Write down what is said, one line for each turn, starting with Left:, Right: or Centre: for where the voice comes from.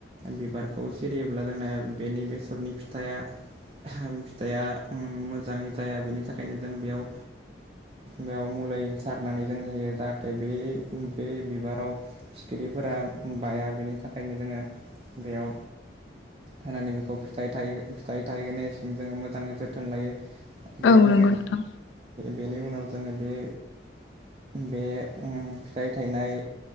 Right: बिबारखौ सिरियोब्ला जोंना बेनि बेसरनि फिथाइया, ओहोम फिथाइया मोजाङै जाया बेनि थाखायनो जों बेयाव बेयाव मुलै सारनानै जों होयो जाहाथे बे बे बिबाराव एदिफोरा बाया बेनि थाखायनो जोङो बेयाव होनानै बेखौ फिथाइ थायहो -फिथाइ थायहो नायसिम जोङो मोजाङै जोथोन लायो। बेनि
Left: औ नंगौ
Right: अन
Left: नोंथां
Right: बेनि उनाव जोङो बे बे उम फिथाइ थायनाय